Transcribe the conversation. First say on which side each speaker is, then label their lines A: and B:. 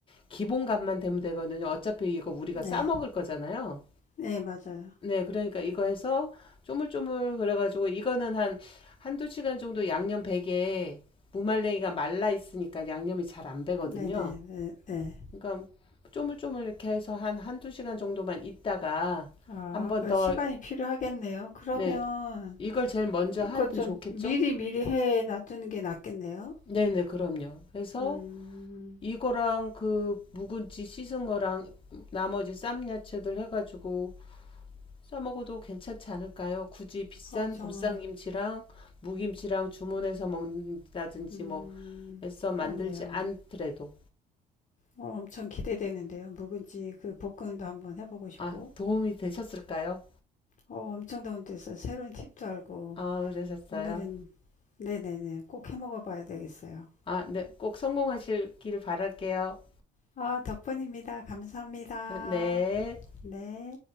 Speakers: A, on the left; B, on the left.
A: 기본 간만 되면 되거든요. 어차피 이거 우리가
B: 네,
A: 싸 먹을 거잖아요.
B: 네, 맞아요.
A: 네, 그러니까 이거 해서 쪼물쪼물 그래가지고 이거는 한 한두 시간 정도 양념 배게 무말랭이가 말라 있으니까 양념이 잘 안 배거든요.
B: 네, 네, 네.
A: 그러니까 쪼물쪼물 이렇게 해서 한 한두 시간 정도만 있다가
B: 아,
A: 한번
B: 그
A: 더,
B: 시간이 필요하겠네요. 그러면
A: 네, 이걸 제일 먼저
B: 그거
A: 하면
B: 좀
A: 좋겠죠?
B: 미리 미리 해 놔두는 게 낫겠네요.
A: 네네, 그럼요. 그래서
B: 음,
A: 이거랑 그 묵은지 씻은 거랑 나머지 쌈 야채들 해가지고 싸먹어도 괜찮지 않을까요? 굳이 비싼
B: 어우 정말,
A: 보쌈김치랑 무김치랑 주문해서 먹는다든지
B: 음,
A: 뭐 애써
B: 그러네요.
A: 만들지 않더라도.
B: 어, 엄청 기대되는데요. 묵은지 그 볶음도 한번 해보고 싶고,
A: 아, 도움이 되셨을까요?
B: 어, 엄청 다운데서 새로운 팁도 알고,
A: 아, 그러셨어요?
B: 오늘은 네네네 꼭 해 먹어봐야 되겠어요.
A: 아, 네, 꼭 성공하시길 바랄게요.
B: 아, 덕분입니다. 감사합니다.
A: 네.
B: 네.